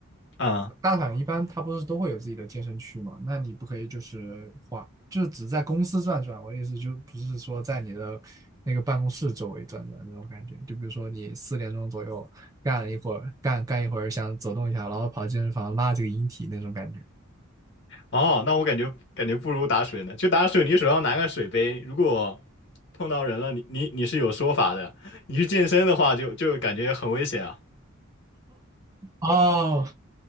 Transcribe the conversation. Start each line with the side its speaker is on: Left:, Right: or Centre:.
Left: 啊、
Right: 大厂一般它不是都会有自己的健身区嘛？那你不可以就是花，就是只在公司转转。我的意思就不是说在你的那个办公室周围转转那种感觉。就比如说你四点钟左右干了一会儿，干干一会儿想走动一下，然后跑健身房拉这个引体那种感觉。
Left: 哦，那我感觉感觉不如打水呢，就打水，你手上拿个水杯，如果碰到人了，你你你是有说法的，你去健身的话就就感觉很危险啊。
Right: 哦，